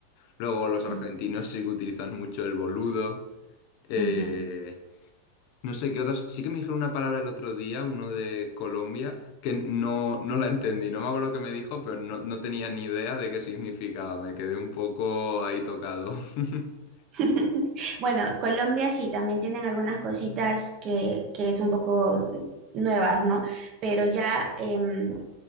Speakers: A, on the left (about 45°); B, on the right (about 35°).
A: Luego los argentinos
B: ujú,
A: sí que utilizan mucho el boludo. Eh,
B: ujú.
A: No sé qué otras. Sí que me dijeron una palabra el otro día, uno de Colombia, que no, no la entendí. No me acuerdo qué me dijo, pero no, no tenía ni idea de qué significaba. Me quedé un poco ahí tocado. <laughs>
B: <laughs> Bueno, Colombia sí, también tienen algunas cositas que, que es un poco nuevas, ¿no? Pero ya, em,